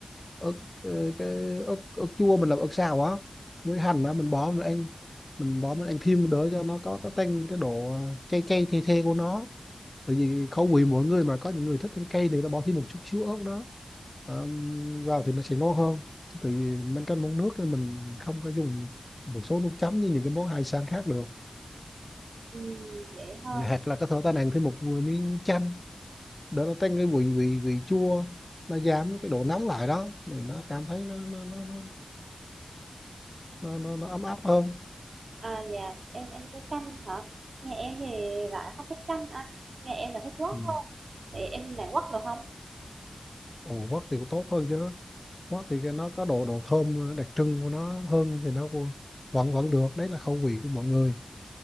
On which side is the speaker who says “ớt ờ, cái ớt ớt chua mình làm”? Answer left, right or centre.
Left